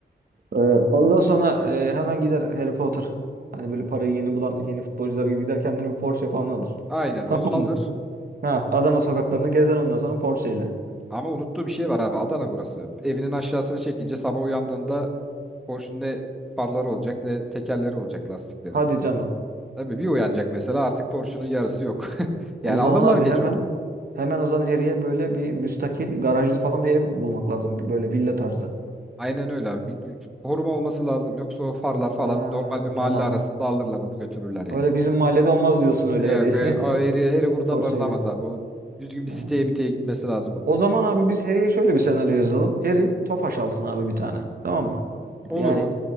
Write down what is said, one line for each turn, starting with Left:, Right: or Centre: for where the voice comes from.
Right: Ee, ondan sonra e, hemen gider Harry Potter. Hani böyle parayı yeni bulan yeni futbolcular gibi gider kendine bir Porsche falan alır.
Centre: Aynen
Right: <laughs> Tamam
Centre: onu alır.
Right: mı? Ha, Adana sokaklarını gezer ondan sonra Porsche ile.
Centre: Ama unuttuğu bir şey var abi. Adana burası. Evinin aşağısını çekince sabah uyandığında Porsche'un ne farları olacak ne tekerleri olacak lastikleri.
Right: Hadi canım.
Centre: Tabii bir uyanacak mesela artık Porsche'un yarısı yok. <laughs>
Right: O
Centre: Yani
Right: zaman
Centre: alırlar
Right: abi
Centre: gece
Right: hemen
Centre: onu.
Right: hemen o zaman Harry'e böyle bir müstakil garajlı falan bir ev bulmak lazım. Böyle villa tarzı.
Centre: Aynen öyle abi. Bir gü- koruma olması lazım. Yoksa o farlar falan
Right: Ha,
Centre: normal bir mahalle
Right: tamam.
Centre: arasında alırlar onu götürürler yani.
Right: Öyle bizim mahallede olmaz diyorsun öyle
Centre: Yok
Right: Harry.
Centre: öyle, o eri, eri burada
Right: <laughs> Porsche
Centre: barınamaz
Right: ile.
Centre: abi. O düzgün bir
Right: Ha.
Centre: siteye miteye gitmesi lazım onun.
Right: O zaman abi biz Harry'e şöyle bir senaryo yazalım. Harry Tofaş alsın abi bir tane. Tamam mı?
Centre: Olur
Right: Yani
Centre: o.